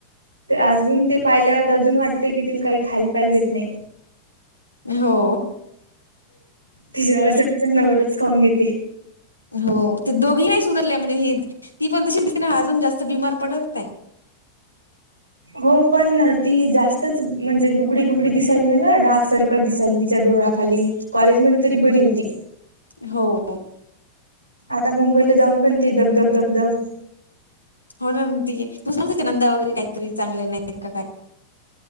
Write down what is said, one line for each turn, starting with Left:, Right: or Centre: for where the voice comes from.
Right: ते अजून ते पाहिल्यावर तर अजून वाटते की तिला काही खायला प्यायल देत नाही
Left: हो
Right: तिच्यासाठीचा नवराच खाऊन घेते
Left: हो ते दोघी नाही सुधरले म्हणजे ह ती पण तशी दिेसते ना अजून जास्त बिमार पडत.
Right: हो पण ती जास्तच म्हणजे लुकडी लुकडी दि काही ना ग डार्क सर्कल दिसायली तिच्या डोळ्याखाली कॉलेजमध्ये तरी बरी होती.
Left: हो..
Right: आता मुंबईला जाऊन पण ते दगग धगधग
Left: होणार त तूस नंदा वगैरे काहीतरी चांगले नाहीत काय